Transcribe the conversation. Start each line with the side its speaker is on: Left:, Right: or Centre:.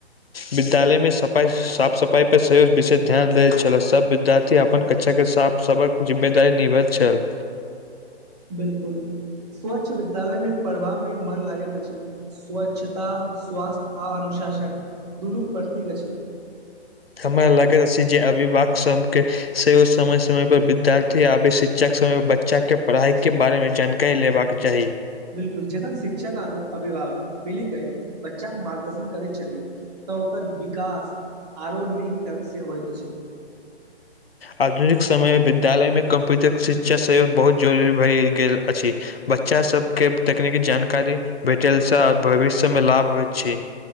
Left: विद्यालय में सफाइ साफ सफाइ पर विशेष ध्यान दै छलै सब विद्यार्थी अपन कच्षाके साफ सबक जिम्मेदारी निभैत छल
Right: बिलकुल स्वच्छ विद्यालय में पढ़बा में मन लागैत अछि स्वच्छता स्वास्थ्य आ अनुशासन दुनू प्रतीक छइ
Left: हमरा लागैत अछि जे अभिभावक सबके सेहो समय समय पर विद्यार्थी आबे शिक्षक समय पर बच्चा के पढ़ाई के बारे में जानकारी कहि लेबाक चाही
Right: बिलकुल जखन शिक्षक अभिभावक मिली क बच्चाे मार्गदर्शन करैत छथि तऽ ओकर विकास आरो नीक ढङ्गसँ होइत अछि हँ
Left: आधुनिक समयमें विद्यालयमे कम्प्यूटर शिक्षा सहयोग बहुत जरुररी भए गेल अछि बच्चास सबके तकनीकी जानकारी भेटलसँ आओर भविष्यमे लाभ होइत छै